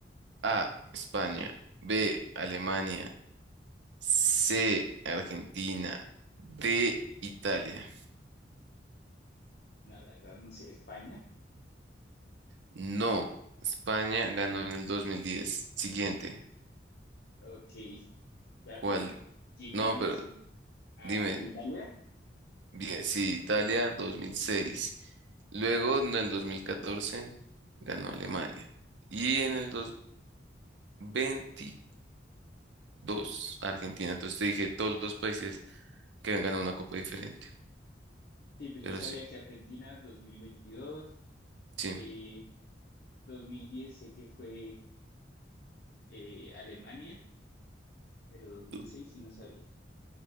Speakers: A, on the right; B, on the left.
A: A, España. B, Alemania. C, Argentina. D, Italia.
B: No, la verdad, no sé. España.
A: No, España ganó en el 2010. Siguiente.
B: Ok. Ah,
A: ¿Cuál?
B: pero ¿quién
A: No,
B: ganó
A: pero
B: a quién? a
A: dime.
B: ¿Italia?
A: Bien, sí, Italia 2006. Luego, en el 2014 ganó Alemania. Y en el 2024 Dos, Argentina. Entonces te dije todos los países que habían ganado una copa diferente.
B: sí, pues
A: Pero
B: yo sabía
A: sí,
B: que Argentina 2022,
A: sí.
B: eh, 2010 sé que fue eh, Alemania, pero 2006
A: Du-
B: sí no sabía.